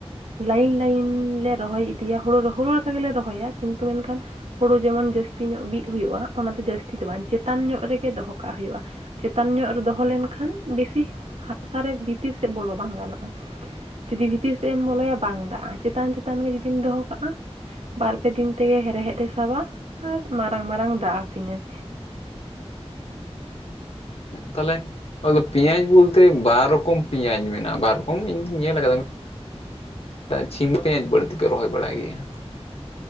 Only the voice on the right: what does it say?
ᱞᱟᱭᱤᱱ ᱞᱟᱭᱤᱱ ᱞᱮ ᱨᱚᱦᱚᱭ ᱤᱫᱤᱭᱟ ᱦᱩᱲᱩ, ᱦᱩᱲᱩ ᱞᱮᱠᱟ ᱜᱮᱞᱮ ᱨᱚᱦᱚᱭᱟ ᱠᱤᱱᱛᱩ ᱢᱮᱱᱠᱷᱟᱱ ᱦᱩᱲᱩ ᱡᱮᱢᱚᱱ ᱡᱟᱹᱥᱛᱤ ᱧᱚᱜ ᱵᱤᱫ ᱦᱩᱭᱩᱜᱼᱟ ᱚᱱᱟ ᱫᱚ ᱡᱟᱹᱥᱛᱤ ᱫᱚ ᱵᱟᱝ, ᱪᱮᱛᱟᱱ ᱧᱚᱜ ᱨᱮᱜᱮ ᱫᱚᱦᱚ ᱠᱟᱜ ᱦᱩᱭᱩᱜᱼᱟ᱾ ᱪᱮᱛᱟᱱ ᱧᱚᱜ ᱨᱮ ᱫᱚᱦᱚ ᱞᱮᱱᱠᱷᱟᱱ ᱵᱮᱥᱤ ᱦᱟᱥᱟᱨᱮ ᱵᱷᱤᱛᱤᱨ ᱥᱮᱫ ᱵᱚᱞᱚ ᱵᱟᱝ ᱜᱟᱱᱚᱜᱼᱟ᱾ ᱡᱩᱫᱤ ᱵᱷᱤᱛᱤᱨ ᱥᱮᱫ ᱮᱢ ᱵᱚᱞᱚᱭᱟ ᱵᱟᱝ ᱫᱟᱜᱼᱟ ᱪᱮᱛᱟᱱ ᱪᱮᱛᱟᱱ ᱜᱮ ᱡᱩᱫᱤᱢ ᱫᱚᱦᱚ ᱠᱟᱜᱼᱟ ᱵᱟᱨ ᱯᱮ ᱫᱤᱱ ᱛᱮᱜᱮ ᱨᱮᱦᱮᱫ ᱮ ᱥᱟᱵᱟ ᱟᱨ ᱢᱟᱨᱟᱝ ᱢᱟᱨᱟᱝ ᱫᱟᱜᱼᱟ ᱯᱮᱸᱭᱟᱡᱽ᱾